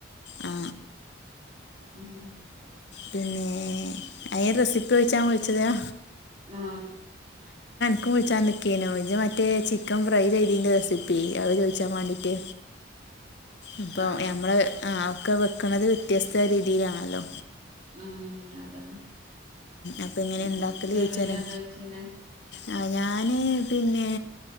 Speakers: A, on the left; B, on the right.
A: ആ
B: ഉം
A: പിന്നെ അയിന് റെസിപ്പി ചോയ്ച്ചാൻ വിളിച്ചതാ
B: ആ
A: ൻക്ക് വിളിച്ചാ നിക്കേനു മറ്റേ ചിക്കൻ ഫ്രൈ ചെയ്തേന്റെ റെസിപ്പി അത് ചോയിച്ചാൻ വേണ്ടീട്ട് അപ്പൊ
B: ആഹ്
A: ഞമ്മള് ആ ഒക്കെ വെക്കണുന്നത് വ്യത്യസ്ത രീതിയിലാണല്ലോ?
B: ഉം....
A: അപ്പോൾ എങ്ങനെ
B: അപ്പൊ
A: ഉണ്ടാക്കൽ
B: ജ്ജ്ങ്ങനെ
A: ചോദിച്ചാലോ
B: അത് വെച്ചി നെ
A: ആ ഞാൻ പിന്നെ